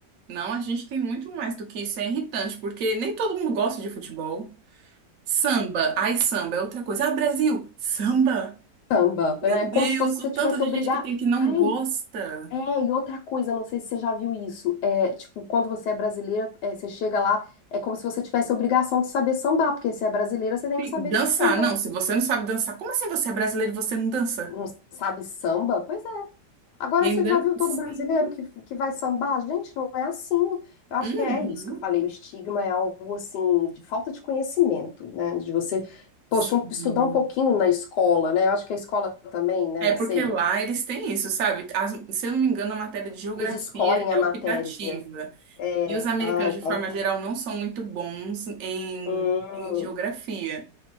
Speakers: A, on the right (about 55°); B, on the left (about 80°).
A: Não, a gente tem muito mais do que isso. É irritante, porque nem todo mundo gosta de futebol. Samba, ai, samba é outra coisa. Ah, Brasil, samba.
B: samba.
A: Meu
B: É como
A: Deus,
B: se você
A: o tanto
B: tivesse
A: de
B: obrigar.
A: gente que tem que não
B: Ai,
A: gosta.
B: é, e outra coisa, não sei se você já viu isso. É, tipo, quando você é brasileira, é, você chega lá, é como se você tivesse obrigação de saber sambar, porque se é brasileira, você tem
A: Sim,
B: que saber
A: Dançar,
B: de samba.
A: não. Se você não sabe dançar, como assim você é brasileiro e você não dança?
B: Não sabe samba? Pois é. Agora
A: E ainda?
B: você já viu todo
A: Sim.
B: brasileiro que, que vai sambar? Gente, não é assim. Eu acho
A: Uhum.
B: que é isso que eu falei. O estigma é algo assim de falta de conhecimento, né? De você, poxa,
A: Sim.
B: um- estudar um pouquinho na escola, né? Eu acho que a escola também, né?
A: É
B: Não
A: porque
B: sei
A: lá eles têm isso, sabe? As- se eu não me engano, a matéria de geografia
B: Eles escolhem
A: é
B: a matéria.
A: optativa.
B: É.
A: E os americanos,
B: Ah, então
A: de forma
B: tá.
A: geral, não são muito bons em,
B: Hum,
A: em geografia.